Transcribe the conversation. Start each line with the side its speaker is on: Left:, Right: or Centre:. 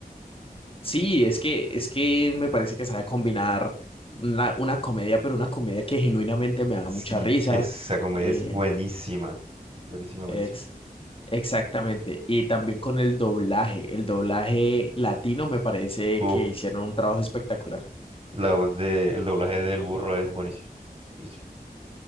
Left: Sí, es que, es que me parece que sabe combinar una, una comedia, pero una comedia que genuinamente me da
Right: Sí,
Left: mucha risa.
Right: esa comedia
Left: eh,
Right: es buenísima, buenísima, buenísima.
Left: ex- Exactamente. Y también con el doblaje. El doblaje latino me parece
Right: Uh,
Left: que hicieron un trabajo espectacular.
Right: la voz de, el doblaje del burro es buenísimo, buenísimo.